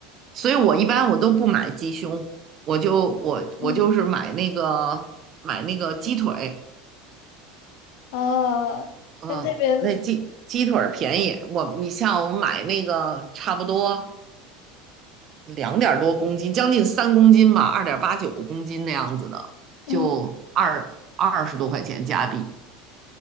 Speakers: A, on the right; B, on the left.
A: 所以我一般我都不买鸡胸，我就我我就是买那个买那个鸡腿。
B: 嗯。啊，
A: 嗯，
B: 但这边，
A: 那鸡鸡腿儿便宜，我你像我们买那个差不多两点多公斤，将近三公斤吧，二点八九公斤那样子的，
B: 嗯
A: 就二二十多块钱加币。